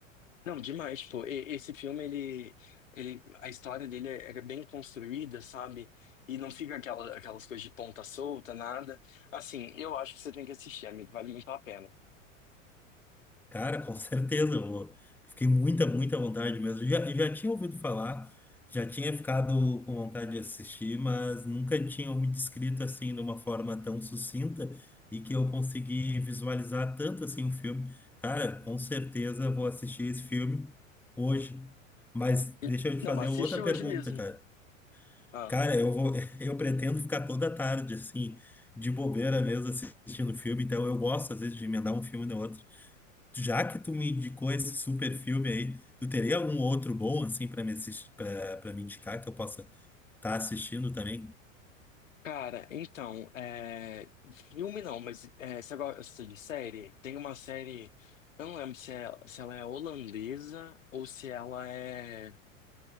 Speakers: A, on the left; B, in the centre.
A: Não, demais, pô. E- Esse filme, ele, ele, a história dele é é bem construída, sabe? E não fica aquela, aquelas coisas de ponta solta, nada. Assim, eu acho que você tem que assistir, amigo. Vale muito a pena.
B: Cara, com certeza, eu fiquei muita, muita vontade mesmo. Eu Já, eu já tinha ouvido falar, já tinha ficado com vontade de assistir, mas nunca tinha me descrito assim de uma forma tão sucinta e que eu consegui visualizar tanto assim o filme. Cara, com certeza vou assistir esse filme hoje. Mas
A: E-
B: deixa eu te
A: Não,
B: fazer
A: assiste
B: outra
A: hoje
B: pergunta,
A: mesmo.
B: cara.
A: Ah.
B: Cara, eu vou, <laughs> eu pretendo ficar toda tarde assim, de bobeira mesmo assistindo filme, então eu gosto às vezes de emendar um filme no outro. Já que tu me indicou esse super filme aí, tu teria algum outro bom assim para me assistir, para me indicar que eu possa estar assistindo também?
A: Cara, então, é, de filme não, mas é, você gosta de série? Tem uma série, eu não lembro se, é, se ela é holandesa ou se ela é.